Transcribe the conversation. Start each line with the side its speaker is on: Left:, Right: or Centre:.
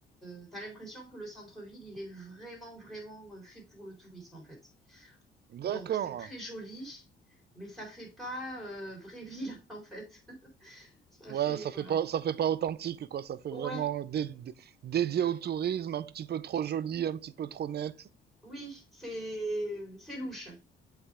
Centre: euh, t'as l'impression que le centre-ville, il est vraiment, vraiment, heu, fait pour le tourisme, en fait.
Right: D'accord.
Centre: Donc c'est très joli, mais ça fait pas, heu, vraie ville, <laughs> en fait. Ça
Right: Ouais,
Centre: fait
Right: ça fait
Centre: voilà.
Right: pas, ça fait pas authentique, quoi. Ça fait
Centre: Ouais,
Right: vraiment dé- dé- dédié au tourisme, un petit peu trop joli, un petit peu trop net.
Centre: oui, c'est c'est louche.